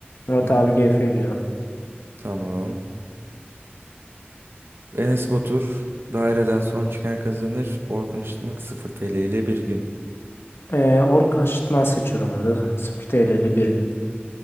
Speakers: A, on the left (about 70°); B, on the right (about 70°).
A: Murat
B: Hı hı.
A: abi GF diyorum.
B: Tamam. Enes Batur daireden son çıkan kazanır. Orkun Işıtmak 0 TL ile bir gün.
A: Ee, Orkun Işıtmaz seçiyorum burada. 0 TL ile bir gün.